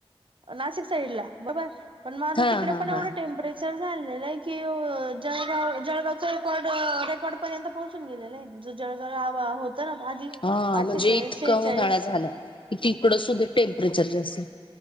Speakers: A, on the right; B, on the left.
A: नाशिक साईड ला बर. पण आत्ता
B: हा
A: तिकडे
B: हा
A: पण
B: हा.
A: एवढं टेम्परेचर. असं झालाय कि जळगाव जळगावचा रेकॉर्ड रेकॉर्ड पर्यंत पोहचून गेलेले ज जळगाव. ना आधी
B: हा
A: अठ्ठेचाळीस
B: म्हणजे इतका
A: शेहेचाळीस
B: उन्हाळा झाला क तिकडं सुद्धा टेम्परेचर जास्त.